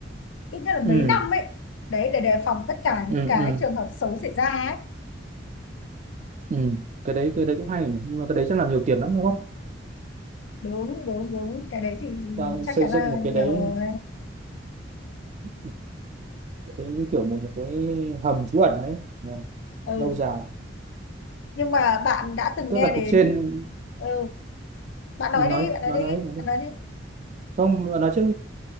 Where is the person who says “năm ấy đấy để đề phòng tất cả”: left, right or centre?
Left